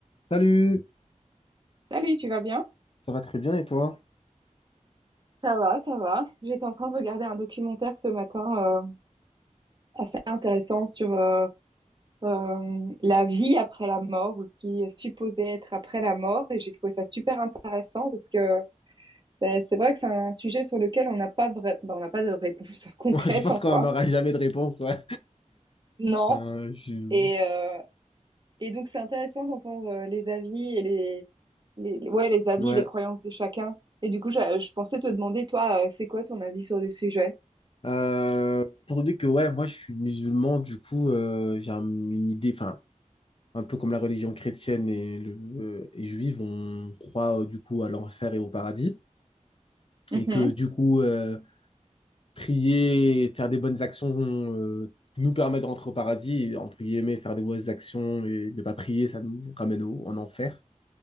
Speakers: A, on the left; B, on the right.
A: Salut!
B: Salut, tu vas bien?
A: Ça va très bien et toi? <laughs>
B: Ça va, ça va. J'étais en train de regarder un documentaire ce matin euh, assez intéressant sur euh, euh, la vie après la mort ou ce qui est supposé être après la mort et j'ai trouvé ça super intéressant parce que ben, c'est vrai que c'est un sujet sur lequel on n'a pas vrai... ben, on n'a pas de réponse <laughs> concrète
A: Ouais, je pense
B: enfin.
A: qu'on n'aura jamais de réponse, ouais.
B: Non.
A: Enfin, je...
B: Et, euh, et donc c'est intéressant d'entendre euh, les avis et les, les ouais les avis
A: Ouais.
B: et les croyances de chacun. Et du coup, je, je pensais te demander toi, euh, c'est quoi ton avis sur le sujet?
A: Euh, étant donné que ouais, moi je suis musulman, du coup euh, j'ai un- une idée, enfin un peu comme la religion chrétienne et, le, euh, et juive, on croit euh, du coup à l'enfer et au paradis,
B: Mhm,
A: et que du coup euh, prier, faire des bonnes actions euh, nous permet de rentrer au paradis, et, entre guillemets faire des mauvaises actions et ne pas prier, ça nous ramène au- en enfer,